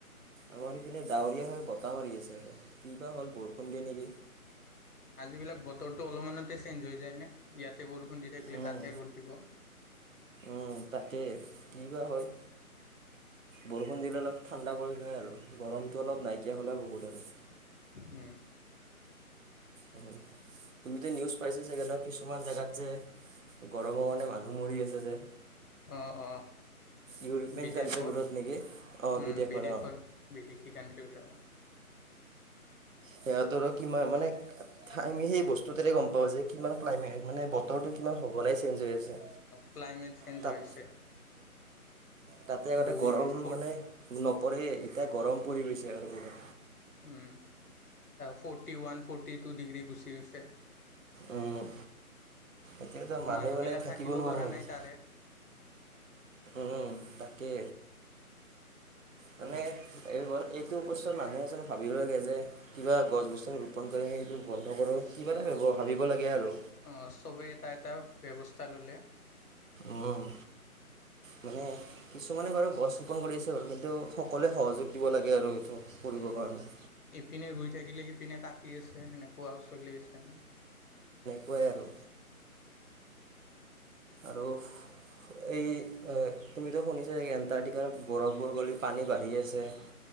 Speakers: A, on the right; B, on the left.
A: আমাৰ এইখনে ডাৱৰীয়া হৈ বত কটা মাৰি আছে আৰু কিবা হ'ল বৰষুণ দিয়ে নেকি?
B: আজ বিলাক বতৰটো অলপমানতে চেঞ্জ হৈ যায় নে ইয়াত তাতে বৰষুণ দি থাকিলে
A: উম।
B: তাতে ৰ'দ দিব।
A: উম, তাকে কি বা হয়। বৰষুণ দিলে অলপ ঠাণ্ডা কৰিলে হয় আৰু গৰমটো অলপ নাইকিয়া হ'লেও বহুত আৰু।
B: হয়।
A: উম, তুমিতো নিউজ পাইছা চাগে ন কিছুমান জেগাত যে গৰমৰ কাৰণে মানুহ মৰি আছে যে।
B: অ অ
A: ইউৰোপীয়ান
B: বিদেশত
A: কাণ্ট্ৰিবোৰত
B: ও
A: নেকি অ'
B: বিদেশৰ
A: অ'।
B: বিদেশী কাণ্ট্ৰিবিলাকত।
A: সিহঁতৰ কি মানে আমি সেই বস্তুতে গম পাও যে কিমান ক্লাইমে মানে বতৰটো কিমান সঘনাই চেঞ্জ হৈ আছে।
B: ক্লাইমেট চেইঞ্জ
A: তাত
B: হৈ আছে।
A: তাতে আগতে
B: বহুত
A: গৰম
B: ফ'ৰ্ট
A: মানে নপৰে এতিয়া গৰম পৰি গৈছে আৰু পূৰা।
B: Um, forty one forty two degree গুচি গৈছে।
A: উম এতিয়াতো মানুহ
B: মানুহবিলাক
A: মানে থাকিব নোৱাৰা
B: পৰা
A: হৈছে।
B: নাই তাৰে
A: উম তাকে। মানে এই এইটো অৱস্থাত মানুহে যেন ভাবিব লাগে যে কিবা গছ গছনি ৰোপণ কৰি সেইটো বন্ধ কৰোঁ কিবা এটা ভাবিব লাগে আৰু।
B: অ চবেই এটা এটা ব্যৱস্থা ল'লে
A: উম মানে কিছুমানে বাৰু গছ ৰোপন কৰি আছে বাৰু কিন্তু সক কলোৱে সহযোগ দিব লাগে আৰু সেইটো কৰিব
B: উম
A: কাৰণে।
B: ইপিনে ৰুই থাকিলে সিপিনে কাটি আছে সেনেকুৱা চলি আছে নে?
A: পয় আৰু। আৰু এই তুমিতো শুনিছা চাগে এণ্টাৰ্টিকাৰ বৰফবোৰ গলি পানী বাঢ়ি আছে।